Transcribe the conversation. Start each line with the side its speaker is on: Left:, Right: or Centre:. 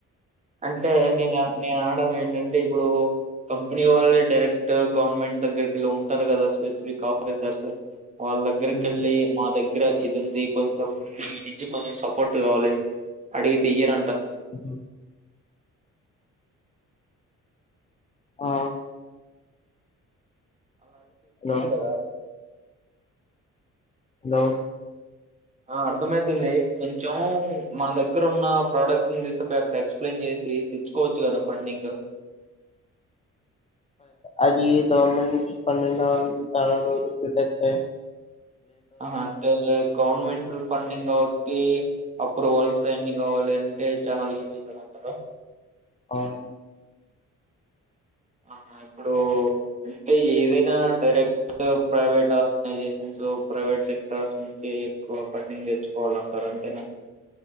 Right: అంటే నేను నేను అనడం ఏంటంటే అంటే ఇప్పుడు కంపెనీ వాళ్ళే డైరెక్ట్ గవర్నమెంట్ దగ్గరకి వెళ్ళి ఉంటారు కదా స్పెసిఫిక్ ఆఫీసర్స్ వాళ్ళ దగ్గరకిెళ్ళి
Left: ఉమ్.
Right: మా దగ్గర దగ్గ ఇది ఉంది కొంచెం మీ నుంచి కొంచెం సపోర్ట్ కావాలని అడిగితే ఇయ్యార
Left: ఉ ఆ
Right: అలా రు
Left: హలో
Right: కదా
Left: హలో
Right: ఆ అర్థమైతుంది కొంచెం మన దగ్గర ఉన్న ప్రోడక్ట్ ను తీసపో అక్కడ ఎక్స్ప్లెయిన్ చేసి తెచ్చుకోవచ్చు కదా పండింగ్
Left: అది గవర్నమెంట్ నుండి పన్నెంండ త రోజు పెట్టస్తయి
Right: ఆహా అంట గవర్నమెంట్ ఫండింగ్ కాబట్టి అప్రూవల్స్ అన్ని కావాలి అంటే చాలా లేట్ అవుతంది అంటారు
Left: అవును
Right: ఆహా ఇప్పుడు అంటే ఏదైనా direct private organisations private sectors నుంచి ఎక్కువ ఫండింగ్ తెచ్చుకోవాలంటారు అంతేనా